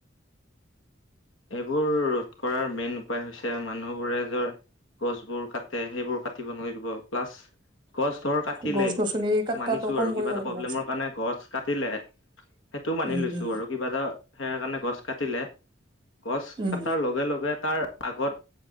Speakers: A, on the left; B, on the right.
A: এইবোৰ ৰোধ কৰাৰ মেইন উপায় হৈছে মানুহবোৰে জয় গছবোৰ কাটে সেইবোৰ কাটিব নোৱাৰিব প্লাছ গছ ধৰ কাটিলেই,
B: গছ গছনি কাটাটো
A: মানিছো
B: কম
A: আৰু
B: কৰিব
A: কিবা এটা
B: লাগিব
A: প্ৰব্লেমৰ
B: আচ্ছা
A: কাৰণে গছ কাটিলে সেইটোও মানি
B: উম
A: লৈছো
B: উম
A: আৰু কিবা এটা হেয়াৰ কাৰণে গছ কাটিলে গছ
B: উম
A: কটাৰ লগে লগে তাৰ আগত